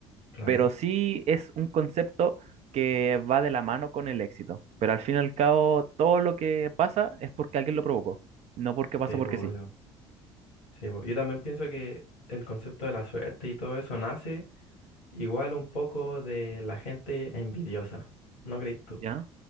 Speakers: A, on the left; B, on the right.
A: Claro.
B: pero sí es un concepto que va de la mano con el éxito, pero al fin y al cabo, todo lo que pasa es porque alguien lo provocó, no porque pasó
A: Sí,
B: porque
A: po,
B: sí.
A: Sí, po, yo también pienso que el concepto de la suerte y todo eso nace igual un poco de la gente envidiosa, ¿no crees tú?
B: ¿Ya?